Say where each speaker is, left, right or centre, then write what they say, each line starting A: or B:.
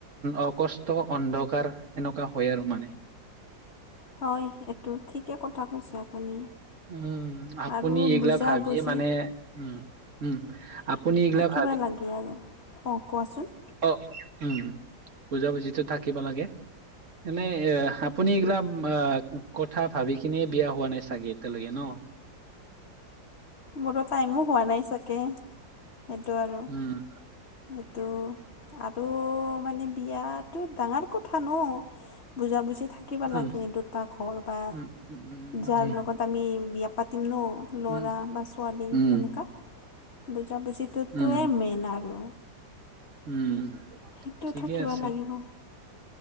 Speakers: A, on the right; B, on the left.
A: অকষ্ট অন্ধকাৰ এনেকুৱা হয় আৰু মানে
B: হয় এইটো ঠিকে কথা কৈছে আপুনি
A: উম আপুনি
B: আৰু
A: এইগিলা
B: বুজাবুজি
A: ভাবিয়ে মানে উম উম আপুনি এইগিলা ভ
B: কিবা লাগে আৰু অ কোৱাচোন
A: অ উম বুজাবুজিতো থাকিব লাগে এনে এ আপুনি এইগিলা আহ কথা ভাবিখিনিয় বিয়া হোৱা নাই চাগে এতিয়ালৈকে ন
B: মোৰ টাইমো হোৱা নাই চাকে সেইটো আৰু
A: উম,
B: এইটো আৰু মানে বিয়াতো ডাঙৰ কথা ন বুজা বুজি থাকিব
A: উম,
B: লাগে দুটা ঘৰ বা
A: উম, উম,
B: যাৰ
A: উম,
B: লগত আমি বিয়া পাতিম ন ল'ৰা
A: উম, উম,
B: বা ছোৱালী
A: উম,
B: সেনেকুৱা বুজাবুজিতোটোৱে
A: উম,
B: মেইন আৰু
A: উম
B: সেইটো
A: ঠিকে
B: থাকিব
A: আছে
B: লাগিব